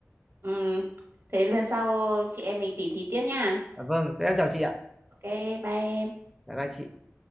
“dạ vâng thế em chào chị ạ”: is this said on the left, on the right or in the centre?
Centre